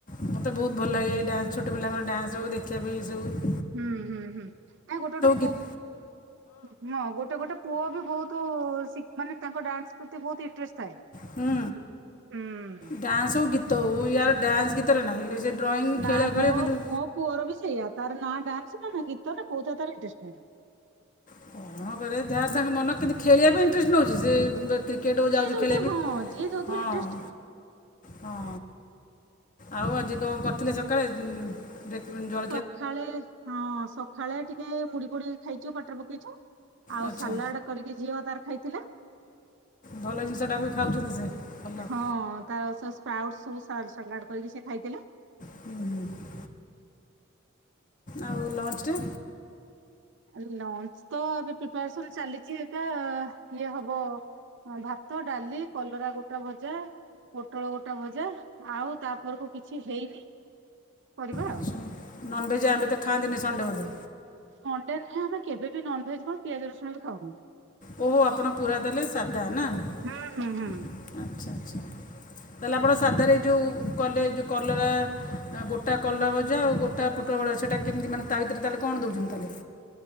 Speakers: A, on the left (about 40°); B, on the right (about 60°).
A: ମୋତେ ବହୁତ ଭଲ ଲାଗେ ଡ୍ୟାନ୍ସ ଛୋଟ ପିଲାଙ୍କର ଡ୍ୟାନ୍ସ ହଉ ଦେଖିବା ପାଇଁ ସବୁ।।
B: ହୁଁ ହୁଁ ହୁଁ ଆ ଗୋଟେ ଗୋଟେ ପୁଅ
A: ଗୀତ
B: ହଁ ଗୋଟେ ଗୋଟେ। ପୁଅ ବି ବହୁତ ସି ମାନେ ତାଙ୍କ ଡ୍ୟାନ୍ସ ପ୍ରତି ବହୁତ ଇଣ୍ଟରେଷ୍ଟ ଥାଏ।
A: ହୁଁ
B: ହୁଁ।
A: ଡ୍ୟାନ୍ସ ହଉ ଗୀତ ହଉ ୟାର ଡ୍ୟାନ୍ସ, ଗୀତରେ ନାହିଁ ସେ। ଡ୍ରଇଂ
B: ନା
A: ଖେଳ
B: ମୋ
A: ଖେଳିବ କିନ୍ତୁ।
B: ମୋ ପୁଅର ବି ସେଇଆ ତାର ନା ଡ୍ୟାନ୍ସ ନା ନା ଗୀତ ନା କୋଉଥିରେ ତାର ଇଣ୍ଟରେଶ୍ଟ ନାହିଁ।
A: କଣ କରେ ଯାହା ତାଙ୍କ ମନ କିନ୍ତୁ ଖେଳିବା ପାଇଁ ଇଣ୍ଟରେଷ୍ଟ ନେଉଛି ସେ କ୍ରିକେଟ୍ ହଉ
B: ଯିଏ
A: ଯାଉଛି
B: ଯୋଉଥିରେ
A: ଖେଳିବା ପାଇଁ
B: ହଁ ଯିଏ ଯୋଉଥିରେ
A: ହଁ।
B: ଇଣ୍ଟରେଷ୍ଟ
A: ହଁ ଆଉ ଆଜି କଣ କରିଥିଲେ ସକାଳେ ଦେଖିବେନି ଯ -
B: ସକାଳେ ହଁ ସକାଳେ ଟିକେ ମୁଢ଼ି ଫୁଢି ଖାଇଛୁ ପାଟିରେ ପକେଇଛୁ ଆଉ
A: ଆଚ୍ଛା
B: ସାଲାଡ କରିକି ଝିଅ ତାର ଖାଇଥିଲା
A: ଭଲ ଜିନଷ ଟା ବି ଖାଉଛନ୍ତି ସେ ଭଲ
B: ହଁ ତାର ସେ ସ୍ପାଉଟ ସବୁ ସା ସାଲାଡ କରିକି ସେ ଖାଇଥିଲେ
A: ହୁଁ ଆଉ ଲଞ୍ଚରେ
B: ଆଉ ଲଞ୍ଚ ତ ଏବେ ପ୍ରିପାରେସନ୍ ଚାଲିଛି ଦେଖିଆ ଇଏ ହବ ହଁ ଭାତ ଡାଲି କଲରା ଗୋଟା ଭଜା ପୋଟଳ ଗୋଟା ଭଜା ଆଉ ତାପରକୁ କିଛି ହେଇନି କରିବା
A: ଆଚ୍ଛା
B: ଆଉ
A: ନନଭେଜ୍ ଏବେ ତ ଖାଆନ୍ତିନି ସଣ୍ଡେ ବୋଧେ
B: ଖଣ୍ଡେ ଖା ଆମେ କେବେ ବି ନନଭେଜ୍ କଣ ପିଆଜ ରସୁଣ ବି ଖାଉନୁ।
A: ଓ ହ ଆପଣ ପୁରା ତା ହେଲେ ସାଧା ନା ଆଚ୍ଛା
B: ହୁଁ ହୁଁ ହୁଁ।
A: ଆଚ୍ଛା ତାହେଲେ ଆପଣ ସାଧାରେ ଏଇ ଯୋଉ କଲେ ଯୋଉ କଲରା ଗୋଟା କଲରା ଭଜା ଆଉ ଗୋଟା ପୋ ପ୍ରବଳଛଟା କେମିତି ମାନେ ତା ଭିତରେ ତାହେଲେ କଣ ଦଉଛନ୍ତି ତାଲେ